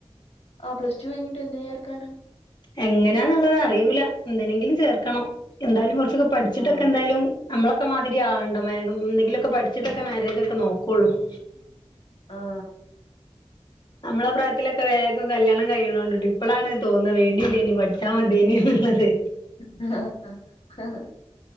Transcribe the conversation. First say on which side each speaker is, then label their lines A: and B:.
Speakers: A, on the left; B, on the left.
A: ആഹ് പ്ലസ് ടു കഴിഞ്ഞിട്ട് എന്തിന് ചേർക്കാനാ?
B: എങ്ങനാന്നുള്ളേ അറിയൂല എന്തിനെങ്കിലും ചേർക്കണം എന്താലും കൊർ പട്ച്ചിട്ടൊക്കെ
A: ആഹ്
B: എന്തായാലും നമ്മളൊ ക്കെ മാതിരിയാകണ്ട മേഗം എന്തെങ്കിലുക്കെ പട്ച്ചിട്ടൊക്കെ മാരേജക്കെ നോക്കുള്ളു. <inaudible>
A: ആഹ്
B: നമ്മളെ പ്രായത്തിലക്കെ വേഗം കല്യാണം കഴിയണോണ്ട് ഇപ്പളാണ് തോന്നുന്നത് വേണ്ടില്ലേനി പട് ച്ചാമദേനി ന്ന്ള്ളത്
A: ആ <inaudible>